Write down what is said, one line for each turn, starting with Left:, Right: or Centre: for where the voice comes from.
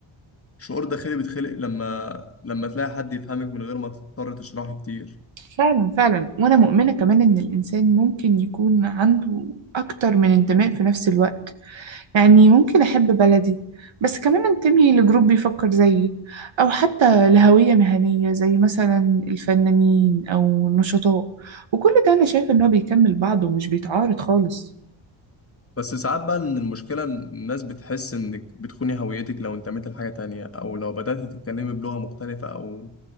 Left: شعور داخلي بيتخلق لما لما تلاقي حد يفهمك من غير ما تضطر تشرحه كتير
Right: فعلا فعلا وانا مؤمنة كمان ان الانسان ممكن يكون عنده اكتر من انتماء في نفس الوقت يعني ممكن أحب بلدي بس كمان أنتمي لجروب بيفكر زيي أو حتى لهوية مهنية زي مثلا الفنانين أو النشطاء وكل ده أنا شايفة إن هو بيكمل بعضه ومش بيتعارض خالص
Left: بس ساعات بقى إن المشكلة إن الناس بتحس إنك بتخوني هويتك لو انتميت لحاجة تانية أو لو بدأت تتكلمي بلغة مختلفة أو